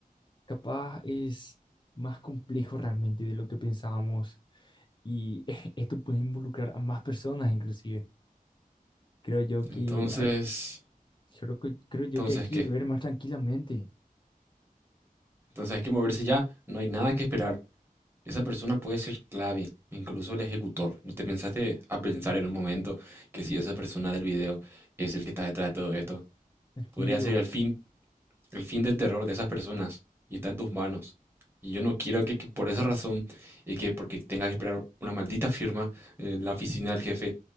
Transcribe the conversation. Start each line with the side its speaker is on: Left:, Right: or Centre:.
Left: Capaz es más complejo realmente de lo que pensábamos y <laughs> esto puede involucrar a más personas inclusive. Creo yo
Right: Entonces...
Left: que hay, creo, que- creo yo
Right: ¿Entonces
Left: que hay que
Right: qué?
Left: ver más tranquilamente.
Right: Entonces hay que moverse ya. No hay nada que esperar. Esa persona puede ser clave, incluso el ejecutor. ¿No te pensaste a pensar en un momento que si esa persona del video es el que está detrás de todo esto?
Left: Entiendo.
Right: Podría ser el fin,
Left: <laughs>
Right: el fin del terror de esas personas y está en tus manos. Y yo no quiero que, que por esa razón y que porque tengas que esperar una maldita firma en la oficina del jefe,